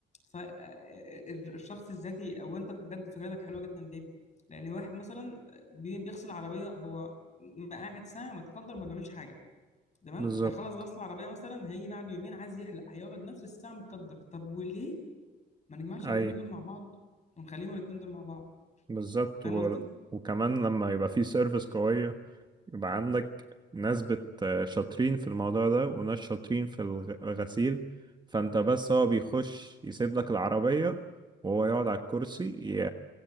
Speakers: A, on the left (about 35°); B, on the right (about 20°).
A: فالشخص الذكي او انت بجد فكرتك حلوة جدا ليه؟ لان واحد مثلا آه، بي- بيغسل عربية هو م- قاعد ساعة متقدر ما بيعملش حاجة تمام
B: بالظبط
A: هيخلص غسل العربية مثلا هيجي بعد يومين عايز يحلق هيقعد نفس الساعة متقدر طب وليه ما نجمعش
B: أي
A: الاتنين دول مع بعض ونخليهم الاتنين دول مع بعض
B: بالظبط
A: فاهم
B: و...
A: قصدي
B: وكمان لما يبقى في سيرفيس قوية يبقى عندك ناس بت شاطرين في الموضوع ده وناس شاطرين في الغ- الغسيل فانت بس هو بيخش يسيب لك العربية وهو يقعد على الكرسي ي-